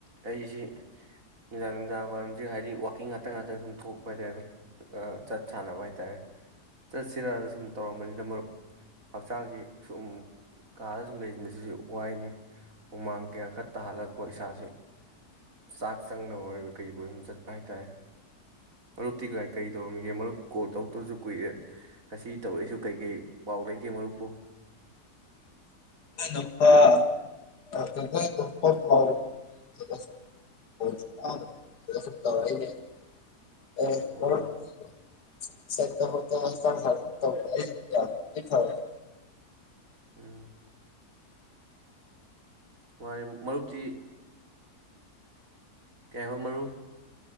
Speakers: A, on the right; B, on the left.
A: ꯑꯩꯁꯤ ꯅꯨꯡꯗꯥꯡ ꯅꯨꯡꯗꯥꯡ ꯋꯥꯏꯔꯝꯁꯤ ꯍꯥꯏꯗꯤ ꯋꯥꯛꯀꯤꯡ ꯉꯥꯛꯇꯪ ꯉꯥꯛꯇꯪ ꯁꯨꯝ ꯊꯣꯛꯄ ꯍꯥꯏꯇꯥꯔꯦ ꯆꯠ ꯁꯥꯟꯅꯕ ꯍꯥꯏꯇꯥꯔꯦ ꯆꯠꯁꯤꯔꯅ ꯁꯨꯝ ꯇꯧꯔꯝꯕꯅꯤꯗ ꯃꯔꯨꯞ ꯍꯛꯆꯥꯡꯁꯤ ꯁꯨꯝ ꯀꯥꯗ ꯁꯨꯝ ꯂꯩꯁꯤꯟꯕꯁꯤꯁꯨ ꯋꯥꯏꯅꯤ ꯍꯨꯃꯥꯡ ꯀꯌꯥ ꯈꯔ ꯇꯥꯍꯜꯂꯀꯣ ꯏꯁꯥꯁꯤ ꯆꯥꯛ ꯆꯪꯅꯕ ꯑꯣꯏꯕ ꯀꯔꯤꯕ‌ꯣꯢ ꯆꯠꯄ ꯍꯥꯏꯇꯥꯔꯦ ꯃꯔꯨꯞꯇꯤ ꯀꯥꯏ ꯀꯔꯤ ꯇꯧꯔꯝꯃꯤꯒꯦ ꯃꯔꯨꯞ ꯀꯣꯜ ꯇꯧꯛꯇꯕꯁꯨ ꯀꯨꯏꯔꯦ ꯉꯁꯤ ꯇꯧꯔꯛꯏꯁꯨ ꯀꯩꯀꯩ ꯄꯥꯎ ꯂꯩꯒꯦ ꯃꯔꯨꯞꯄ‌ꯣ
B: ꯥ <unintelligible> ꯑ <unintelligible>
A: ꯑꯣ ꯎꯝ ꯃꯥꯅ‌ꯦ ꯃꯔꯨꯞꯇꯤ ꯀꯩ ꯍꯥꯢꯕ ꯃꯔꯨꯞ